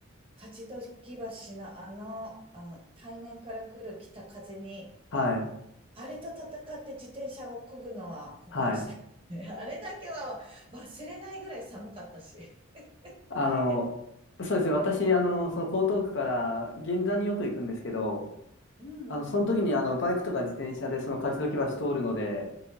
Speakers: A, on the right; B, on the left.
A: 勝どき橋のあの、あの、対面から来る北風に、
B: はい、
A: あれと戦って自転車を漕ぐのは酷でしたね。
B: はい。
A: <laughs> あれだけは忘れないぐらい寒かったし、
B: あの、
A: 大変。
B: そうですね。私、あの、その江東区から銀座によく行くんですけど、
A: うんうん。
B: あの、その時に、あの、バイクとか自転車でその勝どき橋通るので、